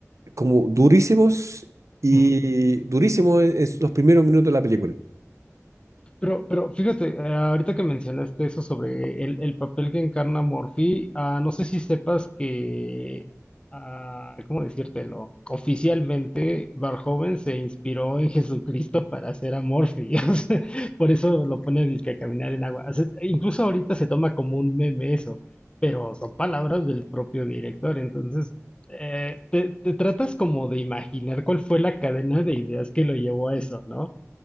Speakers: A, on the right; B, on the left.
A: como durísimos y
B: Ujú.
A: durísimos en en los primeros minutos de la película.
B: Pero, pero fíjate, eh, ahorita que mencionaste eso sobre el, el papel que encarna Morphy, ah, no sé si sepas que, ah, ¿cómo decírtelo? Oficialmente, Verhoeven se inspiró en Jesucristo para hacer a Morphy. <laughs> o sea, por eso lo pone disque a caminar en agua. O sea, incluso ahorita se toma como un meme eso, pero son palabras del propio director. Entonces, eh, te, te tratas como de imaginar cuál fue la cadena de ideas que lo llevó a eso, ¿no?